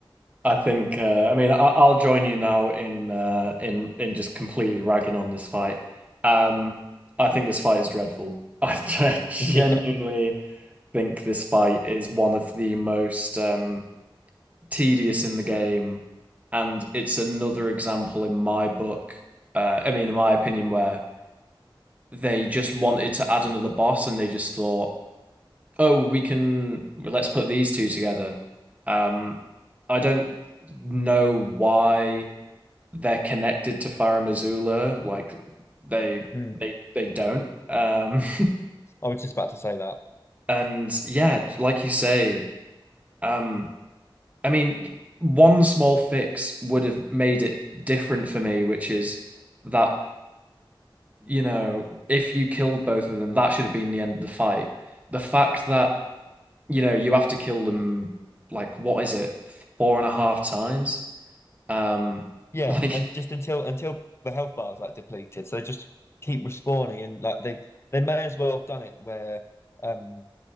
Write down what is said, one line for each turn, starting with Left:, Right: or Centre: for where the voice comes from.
Right: I think uh, I mean I I'll join you now in uh in in just completely ragging on this fight. Um I think this fight is dreadful. <laughs> I genuinely
Left: <laughs> Yeah,
Right: think this fight is one of the most um tedious in the game, and it's another example in my book, uh, I mean, in my opinion, where they just wanted to add another boss and they just thought, oh, we can, let's put these two together. Um, I don't know why they're connected to Farah Missoula, like they
Left: Mm.
Right: they they don't. Um,
Left: I was just about to say that.
Right: <laughs> and yeah, like you say, um. I mean, one small fix would have made it different for me, which is that, you know, if you killed both of them, that should have been the end of the fight. The fact that, you know, you have to kill them, like, what is it, four and a half times? Um, <laughs>
Left: Yeah,
Right: like,
Left: and just until until the health bar is like depleted, so they just keep respawning and like they they may as well have done it where um